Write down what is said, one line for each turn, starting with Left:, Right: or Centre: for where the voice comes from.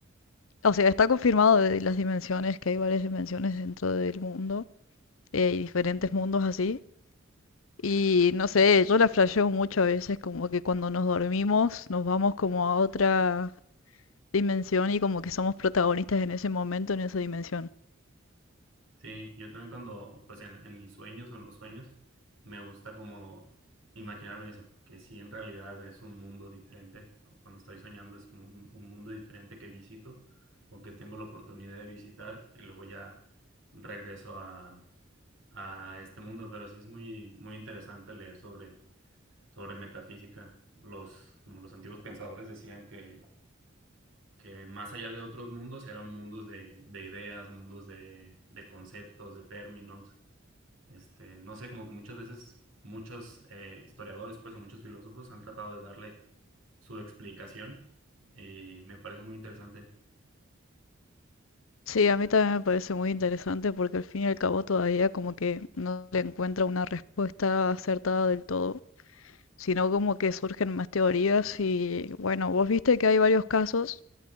Left: O sea, está confirmado de las dimensiones, que hay varias dimensiones dentro del mundo eh, y diferentes mundos así. Y no sé, yo la flasheo mucho a veces, como que cuando nos dormimos nos vamos como a otra dimensión y como que somos protagonistas en ese momento, en esa dimensión.
Right: Sí, yo también cuando, pues en, en mis sueños o en los sueños, me gusta como imaginarme eso, que sí en realidad es un mundo diferente. Cuando estoy soñando es como un, un mundo diferente que visito o que tengo la oportunidad de visitar y luego ya regreso a, a este mundo. Pero sí es muy, muy interesante leer sobre, sobre metafísica. Los, como los antiguos pensadores decían que, que más allá de otros mundos eran mundos de, de ideas, mundos de, de conceptos, de términos este, no sé, como que muchas veces muchos eh, historiadores, pues, o muchos filósofos han tratado de darle su explicación y me parece muy interesante.
Left: Sí, a mí también me parece muy interesante porque al fin y al cabo todavía como que no le encuentra una respuesta acertada del todo, sino como que surgen más teorías y bueno, vos viste que hay varios casos